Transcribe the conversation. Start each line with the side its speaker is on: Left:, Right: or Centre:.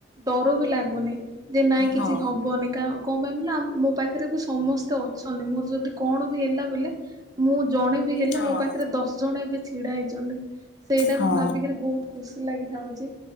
Right: ଡର ବି ଲାଗୁନି ଯେ ନାଇଁ
Left: ହଁ
Right: କିଛି ହବନ କା କଣ ପାଇଁ ବ ମୋ ପାଖରେ ବି ସମସ୍ତେ ଅଛନ୍ତି ମୋର ଯଦି କଣ ବି ହେଲା ବୋଲେ ମୁଁଦ ଜଣେ ବି ହେଲେ
Left: ହଁ
Right: ମୋ ପାଖରେ ଦଶ ଜଣ ଏବେ ଛିଡା ହେଇଛନ୍ତି ସେଇଟାକୁ
Left: ହଁ
Right: ଭାବିକିରି ବହୁତ ଖୁସି ଲାଗିଥାଉଛି